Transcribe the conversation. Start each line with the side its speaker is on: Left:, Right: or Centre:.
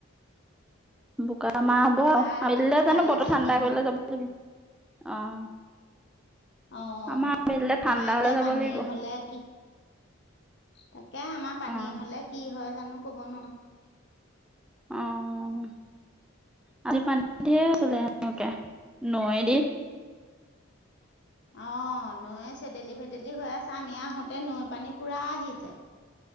Centre: বোক আমাৰ হ'ব
Left: বোকা
Centre: আবিলিলে
Left: কাইলৈকে
Centre: জানো বতৰ ঠাণ্ডা
Left: দিয়ে নে
Centre: কৰিলে যাব লাগিব, অ'।
Left: অ',
Centre: আমাৰ আবেলিলে
Left: আমাৰ
Centre: ঠাণ্ডা
Left: এতিয়া
Centre: হ'লে যাব
Left: পানী
Centre: লাগিব।
Left: হ'লে কি তাকে আমাৰ পানী
Centre: অ'
Left: হ'লে, কি হয় জানো কব নোৱাৰো।
Centre: অ', আজি পানী দিয়ে আছিলে সেনেকে নৈ দি।
Left: অ', নৈ চেদেলি ভেদেলি হৈ আছে, আমি আহোতে নৈ পানী পুৰা আহিছে।